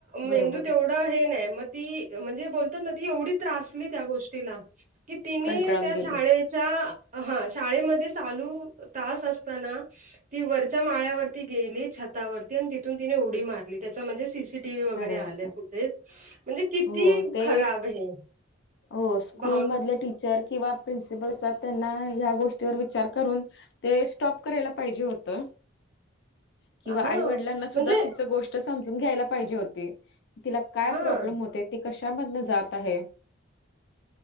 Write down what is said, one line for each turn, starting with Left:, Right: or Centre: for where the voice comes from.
Left: बरोबर
Right: मेंदू तेवढं हे नाही मग ती म्हणजे बोलतात ना ती एवढी त्रासली त्या गोष्टीला कि तिने
Left: कंटाळून
Right: त्या
Left: गेली.
Right: हा शाळेमध्ये चालू तास असताना ती वरच्या माळ्यावरती गेली छतावरती आणि तिथून तिने उडी मारली त्याचा म्हणजे स सी व वगैरे
Left: अरे
Right: आलेय
Left: बापरे!
Right: फुटेज म्हणजे किती
Left: हो ते
Right: खराब हे.
Left: हो स्कूलमधले
Right: भावना
Left: टीचर किंवा प्रिन्सिपल असतात त्यांना ह्या गोष्टीवर विचार करून ते स्टॉप करायला पाहिजे होतं.
Right: <unintelligible>
Left: किंवा
Right: हा
Left: आईवडिलांना सुद्धा
Right: म्हणजे
Left: तिच गोष्ट समून घ्यायला पाहिजे होती तिला काय
Right: हा
Left: प्रॉब्लेम होते त कशामध जात आहे.